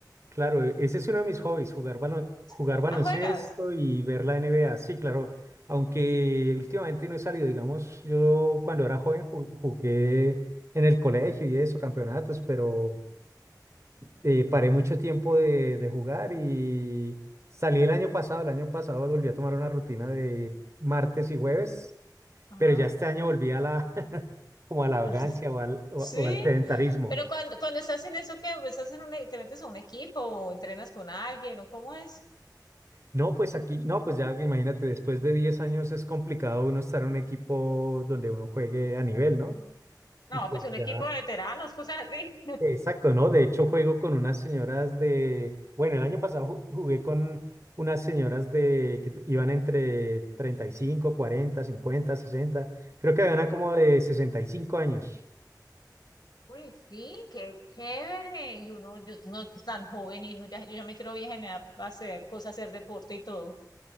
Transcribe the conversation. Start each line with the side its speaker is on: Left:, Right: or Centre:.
Right: Claro, e- ese es uno de mis hobbies, jugar balon- jugar
Left: Oh,
Right: baloncesto
Left: ah, juegas.
Right: y ver la NBA. Sí, claro, aunque últimamente no he salido, digamos, yo cuando era joven ju- jugué en el colegio y eso, campeonatos, pero eh, paré mucho tiempo de, de jugar y salí el año pasado. El año pasado volví a tomar una rutina de ir martes y jueves,
Left: Ajá.
Right: pero ya este año volví a la, <laughs> como a la vagancia
Left: <laughs>
Right: o al, o,
Left: Sí,
Right: o al sedentarismo.
Left: pero cuando, cuando estás en eso, ¿qué? Pues, ¿Estás en un, e- te metes a un equipo o entrenas con alguien o cómo es?
Right: No, pues aquí, no, pues ya imagínate, después de 10 años es complicado uno estar en un equipo donde uno juegue a nivel, ¿no?
Left: No,
Right: Y pues
Left: pues un
Right: ya.
Left: equipo de veteranos, cosas así.
Right: Exacto, ¿no? De hecho, juego con unas señoras de, bueno, el año pasado ju- jugué con unas señoras de que te- iban entre 35, 40, 50, 60. creo que había
Left: <laughs>
Right: una como de 65 años.
Left: Uy, sí, qué chévere. Y uno, yo, no es tan joven y uno ya, yo ya me quiero vieja y me da a hacer cosas, hacer deporte y todo.